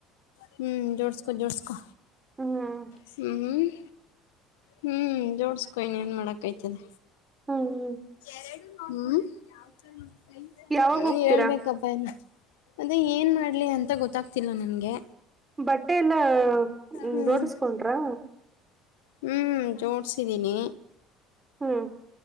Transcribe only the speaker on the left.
ಹ್ಮ್ ಜೋಡಸಗೋ ಜೋಡಸಗೋ
ಹ್ಮ್ಮ್ ಹ್ಮ್ಮ್. ಹ್ಮ್ ಜೋಡಸಕೊ ಇನೆನ್ ಮಾಡಕಾಯ್ತದೆ.
<unintelligible>
ಅದೇ ಏನ್ ಮಾಡ್ಲಿ ಅಂತ ಗೊತ್ತಾಗ್ತಿಲ್ಲ ನನ್ಗೆ.
ಹ್ಮ್
ಹ್ಮ್ ಜೋಡ್ಸಿದ್ದೀನಿ.